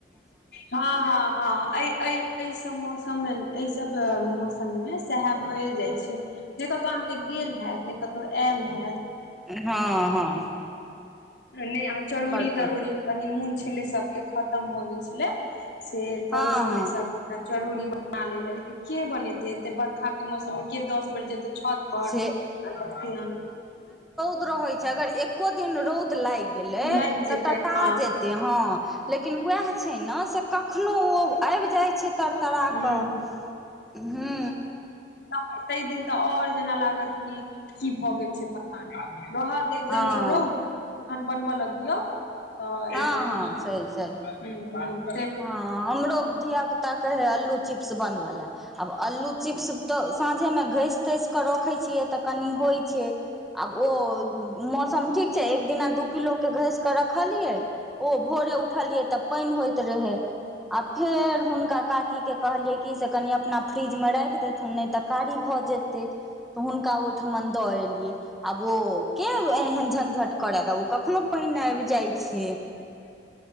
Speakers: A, on the left; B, in the centre.
A: हँ हँ हँ अ अ एहि सब मौसम मे एहि सब मौसम मे सएह भए जाय छै कतहु अहाँके गेल हेयत ने कतहु आयल हयत
B: हँ हँ
A: नहि आ चरौड़ी
B: बड
A: तरौड़ी कनी मून छलै सबके खत्म भऽ गेल छलै से कहै
B: हँ
A: छलै
B: हँ
A: सभगोटा चरौरी बना ले लए लेकिन के बनेते एते बड़ बखा के मौसम मे के दस बेर जेतै छत पर
B: से र रहै छै अगर एको दिन रौद लागि तै
A: लागि जेतै
B: त टटा
A: हँ
B: जेतै ह लेकिन वेह छै न से कखनो आबि जाय छै तरतरा
A: हुं
B: कऽ हू
A: तऽ ताहि दिन तऽ आओर जेना लागत की की भऽ गेल छै पता रहत एकदमसँ
B: हँ
A: रौद अखन बनबऽ लगियौ तऽ
B: हँ हँ
A: ह
B: सही सही
A: ह
B: हँ हमरो ब धिया पुता कहै हइ अल्लू चिप्स बनबै लए आब अल्लू चिप्स तऽ साँझेमे घसि तसि के रखै छियै तऽ कनि होय छै आब ओ मौसम ठीक एक दिना दू किलो के घसि के रखलियै ओ भोरे उठलियै तब पानि होय रहै आ फेर हुनका काकी के कहलियै कि से क अपना फ्रिजमे राखि देथुन नहि तऽ कारी भऽ जेतै तऽ हुनका ओहिठमन दऽ एलियै आब ओ किया एहन झंझट करयके ओ कखनो पानि आबि जाइ छै